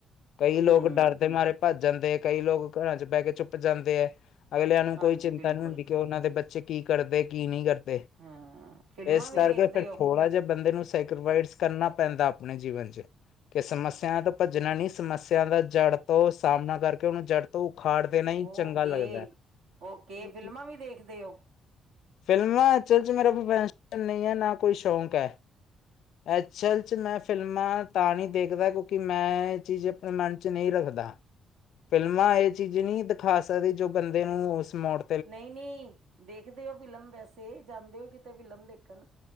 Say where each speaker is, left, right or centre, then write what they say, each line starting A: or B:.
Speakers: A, on the left; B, on the right.
A: ਕਈ ਲੋਕ
B: ਹੂੰ,
A: ਡਰ ਦੇ ਮਾਰੇ ਭੱਜ ਜਾਂਦੇ ਹੈ ਕਈ ਲੋਕ ਘਰਾਂ ਚ ਬਹਿ ਕੇ ਚੁੱਪ ਜਾਂਦੇ ਹੈ। ਅਗਲਿਆਂ ਨੂੰ
B: ਹਾਂਜੀ
A: ਕੋਈ ਚਿਤਾ
B: ਬਿਲਕੁਲ
A: ਨਹੀ ਹੁਦੀ ਕਿ ਉਹਨਾ ਦੇ ਬੱਚੇ ਕੀ ਕਰਦੇ ਕੀ ਨਹੀ ਕਰਦੇ
B: ਹਾਂ ਫਿਲਮਾਂ
A: ਇਸ
B: ਵੀ
A: ਕਰਕੇ
B: ਦੇਖਦੇ
A: ਫੇਰ
B: ਹੋ
A: ਥੋੜਾ ਜਿਹਾ ਬੰਦੇ ਨੂੰ ਕਰਨਾ ਪੈਦਾ ਆਪਣੇ ਜੀਵਨ 'ਚ ਕਿ ਸਮਸਿਆ ਤੋਂ ਭਜਣਾ ਨਹੀ ਸਮਸਿਆ ਦਾ ਜੜ ਤੋ ਸਾਹਮਣਾ ਕਰਕੇ ਉਹਨੂੰ ਜੜ ਉਖਾੜ ਦੇਣਾ ਹੀ
B: ਓਕੇ।
A: ਚੰਗਾ ਲਗਦਾ ਹੈ।
B: ਓਕੇ ਫਿਲਮਾਂ ਵੀ ਦੇਖਦੇ ਹੋ
A: ਫਿਲਮਾ ਅਚਲ 'ਚ ਮੇਰਾ ਪ੍ਰਫੈਨ ਨਹੀ ਹੈ। ਨਾ ਕੋਈ ਸੋਕ ਹੈ। ਐਕਚਅਲ 'ਚ ਮੈਂ ਫਿਲਮਾਂ ਤਾਂ ਨਹੀਂ ਦੇਖਦਾ ਕਿਉਂਕਿ ਮੈਂ ਇਹ ਚੀਜ਼ ਆਪਣੇ ਮਨ 'ਚ ਨਹੀਂ ਰੱਖਦਾ। ਫਿਲਮਾਂ ਇਹ ਚੀਜ਼ ਨਹੀਂ ਦਿਖਾ ਸਕਦੀ ਜੋ ਬੰਦੇ ਨੂੰ ਉਸ ਮੌੜ।
B: ਨਹੀਂ -ਨਹੀਂ ਦੇਖਦੇ ਹੋ ਫਿਲਮ ਵੈਸੇ ਜਾਂਦੇ ਹੋ ਕਿਤੇ ਫਿਲਮ ਦੇਖਣ।